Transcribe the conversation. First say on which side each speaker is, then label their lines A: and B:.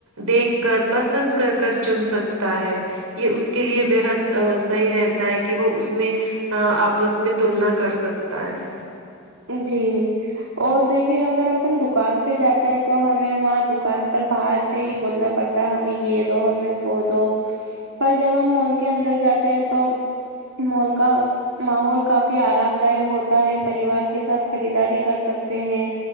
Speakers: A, on the right; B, on the right.
A: دیکھ کر پسند کر کر چن سکتا ہے یہ اس کے لیے بےحد صحیح رہتا ہے کہ وہ اس میں آپس میں تلنا کر سکتا ہے
B: جی اور دیکھیے اگر اپن دکان پہ جاتے ہیں تو ہمیں وہاں دکان پر باہر سے ہی بولنا پڑتا ہے ہمیں یہ دو ہمیں وہ دو پر جب ہم مال کے اندر جاتے ہیں تو مال کا ماحول کافی آرام داک ہوتا ہے پریوار ساتھ خریداری کر سکتے ہیں